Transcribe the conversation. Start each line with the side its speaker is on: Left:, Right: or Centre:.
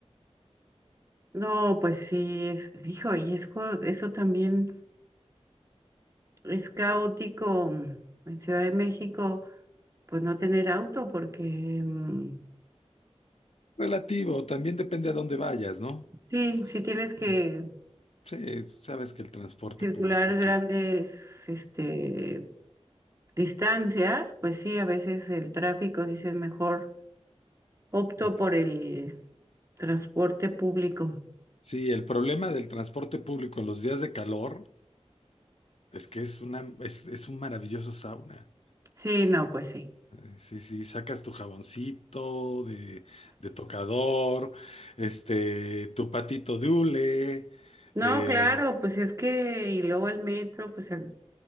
Right: no, pues sí, es, hijo, y es, jo- eso también es caótico en Ciudad de México, pues no tener auto, porque mm,
Left: Relativo, también depende a dónde vayas, ¿no?
Right: sí, sí tienes que
Left: Eh, Sí, sabes que el transporte
Right: circular
Left: público aquí.
Right: grandes este, distancias, pues sí, a veces el tráfico, dices, mejor opto
Left: ent-
Right: por el transporte público.
Left: Sí, el problema del transporte público en los días de calor Es que es una, es, es un maravilloso sauna.
Right: Sí, no, pues sí.
Left: Eh, Sí, sí, sacas tu jaboncito de, de tocador, este, tu patito de hule.
Right: No,
Left: eh,
Right: claro, pues es que, y luego el metro, pues el-